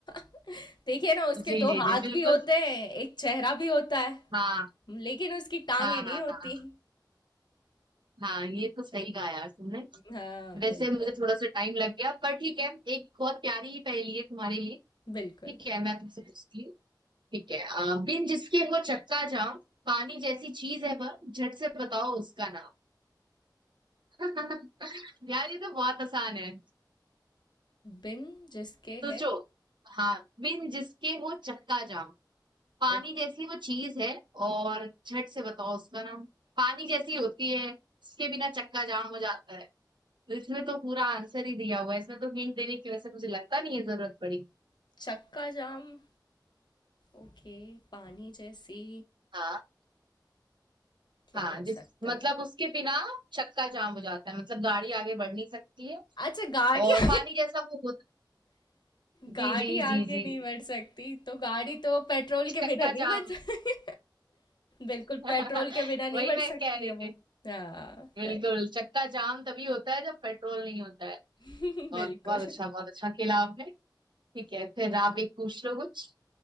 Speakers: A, on the left (about 70°); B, on the right (about 80°).
A: <laughs> देखिए ना उसके
B: जी
A: दो
B: जी
A: हाथ
B: जी बिल्कुल
A: भी होते हैं एक चेहरा भी होता है
B: हाँ
A: लेकिन उसकी टांगे
B: हाँ
A: नहीं
B: हाँ
A: होती
B: हाँ हाँ ये तो सही कहा यार तुमने
A: हाँ
B: वैसे
A: बिल्कुल
B: मुझे थोड़ा सा टाइम लग गया पर ठीक है एक बहुत प्यारी पहेली है तुम्हारे लिए
A: बिल्कुल
B: ठीक है मैं तुमसे पूछती हूँ ठीक है अ, बिन जिसके वो चक्का जाम पानी जैसी चीज है वह झट से बताओ उसका नाम <laughs> यार ये तो बहुत आसान है
A: बिन जिसके
B: सोचो
A: है
B: हाँ बिन जिसके वो चक्का जाम पानी
A: ओ,
B: जैसी वो चीज है और झट से बताओ उसका नाम पानी जैसी होती है उसके बिना चक्का जाम हो जाता है तो इसमें तो पूरा आंसर ही दिया हुआ है इसमें तो हिंट देने की वजह से मुझे लगता नहीं है जरूरत पड़ी
A: चक्का जाम ओके पानी जैसी
B: हाँ
A: क्या
B: हाँ
A: हो
B: जिस
A: सकता
B: मतलब
A: है
B: उसके बिना चक्का जाम हो जाता है मतलब गाड़ी आगे बढ़ नहीं सकती है
A: अच्छा गाड़ी
B: और
A: <laughs>
B: पानी जैसा वो होता है।
A: गाड़ी
B: जी जी
A: आगे
B: जी जी
A: नहीं बढ़ सकती तो गाड़ी तो पेट्रोल
B: चक्का
A: के बिना नहीं
B: जाम
A: बढ़ <laughs> सकती बिल्कुल
B: <laughs>
A: पेट्रोल के बिना नहीं
B: वही
A: बढ़
B: मैं
A: सकती
B: कह रही
A: है
B: थी
A: वो हाँ
B: बिल्कुल
A: राइट
B: चक्का जाम तभी होता है जब पेट्रोल नहीं होता है
A: <laughs>
B: बहुत
A: बिल्कुल
B: बहुत अच्छा बहुत अच्छा खेला आपने ठीक है फिर आप एक पूछ लो कुछ